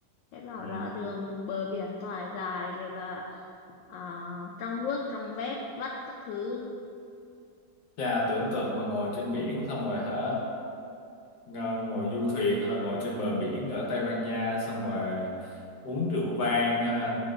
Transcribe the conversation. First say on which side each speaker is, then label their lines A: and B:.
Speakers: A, on the left (about 85°); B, on the left (about 60°).
A: Thế bảo
B: ừ.
A: là đường bờ biển thoải dài rồi là à, trong nước trong vét vắt các thứ
B: Chà tưởng tượng mà ngồi trên biển xong rồi hả ngồi, ngồi du thuyền hay là ngồi trên bờ biển ở Tây Ban Nha xong rồi uống rượu vang ha